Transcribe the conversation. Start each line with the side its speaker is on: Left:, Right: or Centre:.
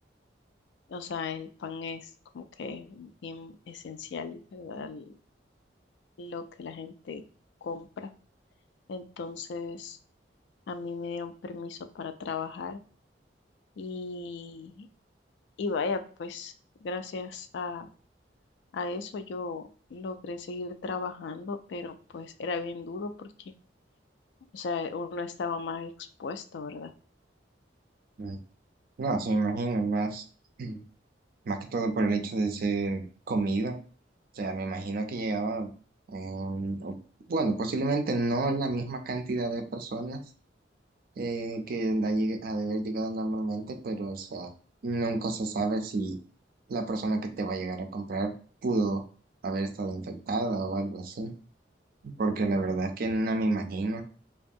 Left: o sea, el pan es como que bien esencial, ¿verdad? L- Lo que la gente compra. Entonces, a mí me dieron permiso para trabajar y, y vaya, pues gracias a, a eso yo logré seguir trabajando, pero pues era bien duro porque O sea, uno estaba más expuesto, ¿verdad?
Right: Mm. No, se me imagino más, <clears throat> más que todo por el hecho de ser comida. sea, me imagino que llegaba, em, o- bueno, posiblemente no la misma cantidad de personas eh, que la llegue- ha de haber llegado normalmente, pero o sea, nunca se sabe si la persona que te va a llegar a comprar pudo haber estado infectada o algo así, porque la verdad es que no me imagino